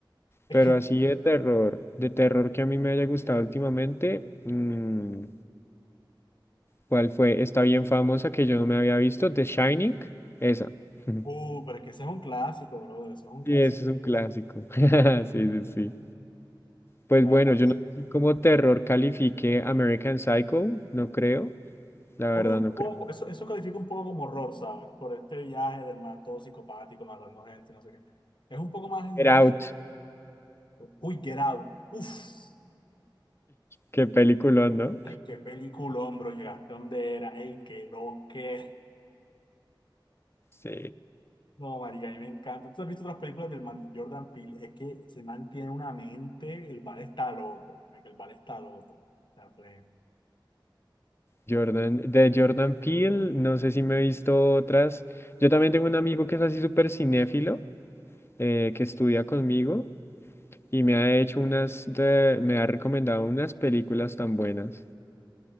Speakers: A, on the left; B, on the left.
A: <laughs>
B: Pero así de terror, de terror que a mí me haya gustado últimamente, mm, ¿cuál fue? Está bien famosa que yo no me había visto, The Shining, esa. <laughs>
A: Uh, pero es que ese es un clásico, brother. Eso es un clásico.
B: Sí, ese es un
A: clásico.
B: clásico. <laughs> Sí, sí, sí. Pues
A: Que
B: bueno,
A: además,
B: yo no sé si como terror califique American Psycho, no creo, la
A: hombre,
B: verdad
A: un
B: no
A: poco,
B: creo.
A: eso, eso califica un poco como horror, ¿sabes? Por este viaje del man todo psicopático, matando gente, no sé qué. Es un poco más slash.
B: Get Out,
A: Uy, Get Out. Uf.
B: qué película, ¿no?
A: Ey, qué peliculón, bro. Llegaste donde era. Ey, qué lo que. <laughs>
B: Sí.
A: No, marica, a mí me encanta. ¿Tú has visto otras películas del man de Jordan Peele? Es que ese man tiene una mente. El bar está loco. Es que el bar está loco. La plena.
B: Jordan, de Jordan Peele, no sé si me he visto otras. Yo también tengo un amigo que es así súper cinéfilo, eh, que estudia conmigo. Y me ha hecho unas de, me ha recomendado unas películas tan buenas,